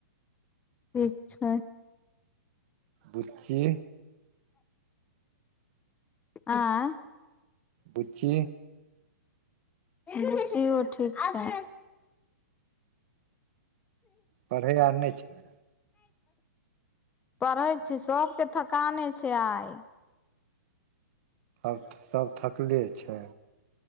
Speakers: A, on the left; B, on the right.
A: ठीक छै
B: बुच्चि
A: आँय
B: बुच्ची
A: <unintelligible> बुच्चियो ठीक छै
B: पढ़ै आर नय छै
A: पढ़ै छै सभके थकाने छै आइ
B: आब तऽ सभ थकले छै